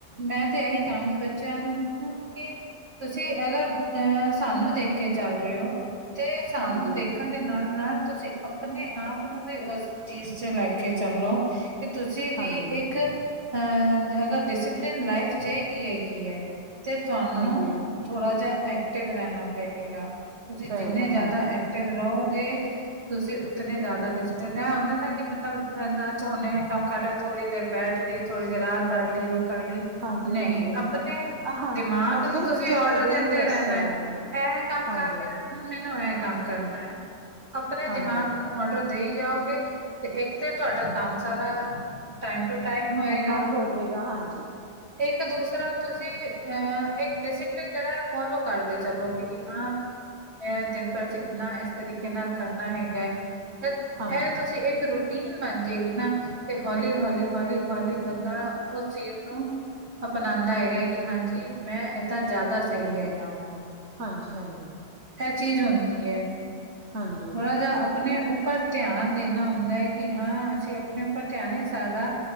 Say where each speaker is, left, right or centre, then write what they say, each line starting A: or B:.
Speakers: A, on the right; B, on the right.
A: ਮੈਂ ਤੇ ਇਹੀ ਕਹਾਂਗੀ ਬੱਚਿਆਂ ਨੂੰ ਕਿ ਤੁਸੀਂ ਅਗਰ ਅਹ ਸਾਨੂੰ ਦੇਖ ਕੇ ਚੱਲ ਰਹੇ ਹੋ। ਤੇ ਸਾਨੂੰ
B: ਹਾਂਜੀ
A: ਦੇਖਣ ਦੇ ਨਾਲ ਨਾਲ ਤੁਸੀਂ ਆਪਣੇ ਆਪ ਨੂੰ ਵੀ ਉਸ ਚੀਜ਼ ਚ ਲੈ ਕੇ ਚੱਲੋ ਕਿ ਤੁਸੀਂ ਵੀ
B: ਹਾਂਜੀ
A: ਇੱਕ ਅ ਅਗਰ ਡਿਸਿਪਲਿਨ ਲਾਈਫ ਚਾਹੀਦੀ ਹੈਗੀ ਹੈ ਤੇ ਤੁਹਾਨੂੰ
B: ਹਾਂਜੀ
A: ਥੋੜਾ ਜਿਹਾ ਐਕਟਿਵ ਰਹਿਣਾ ਪਏਗਾ, ਤੁਸੀਂ
B: ਪਏਗਾ
A: ਜਿੰਨੇ ਜ਼ਿਆਦਾ
B: ਹਾਂਜੀ
A: ਐਕਟਿਵ ਰਹੋਗੇ ਤੁਸੀਂ ਉਤਨੇ ਜ਼ਿਆਦਾ ਡਿਸਲਪਨ ਇਹ ਹੁੰਦਾ ਨਾ ਕਿ ਬੰਦਾ ਨੇ ਕੰਮ ਕਰ ਲ ਥੋੜੀ ਦੇਰ। <inaudible> ਬੈਠ ਕੇ ਥੋੜ੍ਹੀ ਦੇਰ ਆਹ ਕਰ
B: ਬੈਠ
A: ਲਈਏ
B: ਗਏ
A: ਉਹ ਕਰ ਲਈਏ
B: ਹਾਂਜੀ
A: ਨਹੀਂ
B: ਹਾਂਜੀ
A: ਆਪਣੇ
B: ਆਹਾਂ
A: ਦਿਮਾਗ
B: ਅੱਜ
A: ਨੂੰ
B: ਕੱਲ੍ਹ
A: ਤੁਸੀਂ
B: ਬੱਚੇ
A: ਤੁਸੀਂ ਔਡਰ
B: ਕਰਦੇ
A: ਦਿੰਦੇ
B: ਹੀ ਇਸ
A: ਰਹਿਣਾ
B: ਤਰ੍ਹਾਂ
A: ਇਹ
B: ਹੀ ਆ
A: ਕੰਮ
B: ਹਾਂਜੀ
A: ਕਰ ਲਿਆ ਹੈ। ਮੈਨੂੰ ਇਹ ਕੰਮ ਕਰਨਾ ਏ, ਆਪਣੇ
B: ਹਾਂਜੀ
A: ਦਿਮਾਗ ਨੂੰ ਔਡਰ ਦੇਈ ਜਾਓਗੇ ਤੇ ਇੱਕ ਤੇ ਤੁਹਾਡਾ ਕੰਮ ਸਾਰਾ ਟਾਈਮ ਟੂ ਟਾਈਮ ਹੋਏਗਾ।
B: ਨਾਲ ਹੋ ਜਾਏਗਾ ਹਾਂਜੀ
A: ਇੱਕ ਦੂਸਰਾ ਤੁਸੀਂ ਅ ਇੱਕ ਡਿਸਲਿਪਨ ਜਿਹੜਾ ਫੋਲੋ ਕਰਦੇ ਚਲੋ ਕਿ ਹਾਂ। ਏ ਤੇ ਦਿਨ ਭਰ ਚ ਇੰਨਾ ਇਸ ਤਰੀਕੇ ਨਾਲ ਕਰਨਾ ਹੈਗਾ ਹੈ।
B: ਹਾਂਜੀ
A: ਇਹ ਤੁਸੀਂ ਇੱਕ ਰੂਟੀਨ ਬਣ ਜਾੇਗੀ ਨਾ ਤੇ ਹੌਲੀ ਹੌਲੀ ਹੌਲੀ ਹੌਲੀ ਬੰਨਾ ਉਸ ਚੀਜ ਨੂੰ ਅਪਣਾਉਂਦਾ ਹੈਗਾ ਕਿ ਹਾਂਜੀ, ਮੈਂ ਏਦਾਂ ਜ਼ਿਆਦਾ ਸਹੀ ਹੈਗਾ ਵਾਂ।
B: ਹਾਂਜੀ, ਹਾਂਜੀ।
A: ਇਹ ਚੀਜ਼ ਹੁੰਦੀ ਏ
B: ਹਾਂਜੀ
A: ਥੋੜਾ ਜਿਹਾ ਆਪਣੇ ਉਪ ਪਰ ਧਿਆਨ ਦੇਣਾ ਹੁੰਦਾ ਹੈ ਕਿ ਹਾਂ ਅਸੀਂ ਆਪਣੇ ਉੱਪਰ ਧਿਆਨ ਏ ਸਾਡਾ,